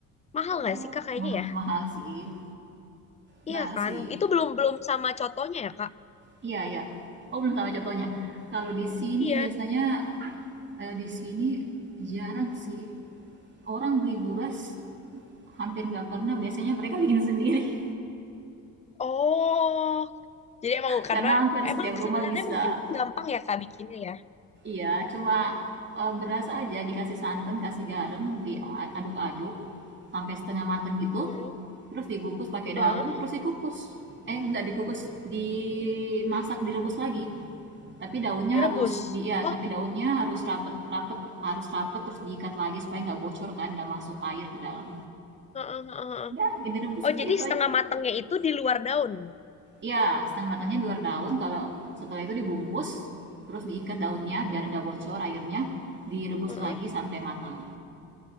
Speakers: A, on the left; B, on the right.
A: Mahal nggak
B: Oh,
A: sih Kak kayaknya
B: ma
A: ya?
B: mahal sih mahal
A: Iya kan?
B: sih.
A: Itu belum belum sama contohnya ya Kak?
B: Iya iya. Oh, belum sama contohnya. Kalau di sini
A: Iya.
B: biasanya, eee, di sini jarang sih orang beli buras hampir nggak pernah, biasanya mereka bikin sendiri <laughs>
A: Oh, jadi emang
B: karena
A: karena
B: hampir setiap
A: emang
B: rumah
A: sebenarnya
B: bisa.
A: mungkin gampang ya Kak bikinnya ya.
B: Iya, cuma, eee, beras aja dikasih santan, kasih garam, diaduk aduk sampai setengah mateng gitu,
A: Mm-mm.
B: terus dibungkus pakai
A: Heeh.
B: daun, terus dikukus. Eh, nggak dikukus, dimasak, direbus lagi. Tapi daunnya
A: Direbus.
B: harus di iya,
A: Oh,
B: tapi daunnya harus rapet rapet harus rapet, terus diikat lagi supaya nggak bocor kan, nggak masuk air ke dalam.
A: heeh, heeh, heeh.
B: Udah, direbusnya
A: Oh, jadi
B: gitu
A: setengah
B: aja.
A: matangnya itu di luar daun.
B: Iya, setengah matangnya di luar daun. Kalau setelah itu dibungkus, terus diikat daunnya
A: Heeh,
B: biar nggak bocor airnya. Direbus
A: heeh.
B: lagi sampai matang.